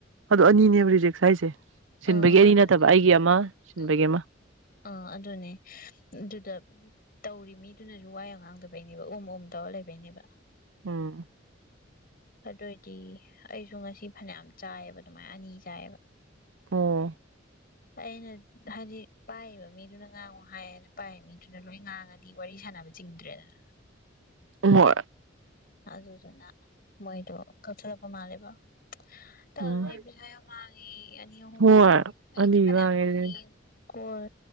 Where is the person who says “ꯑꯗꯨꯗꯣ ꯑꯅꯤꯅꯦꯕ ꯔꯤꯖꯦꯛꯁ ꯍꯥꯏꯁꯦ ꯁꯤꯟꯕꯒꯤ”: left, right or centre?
Right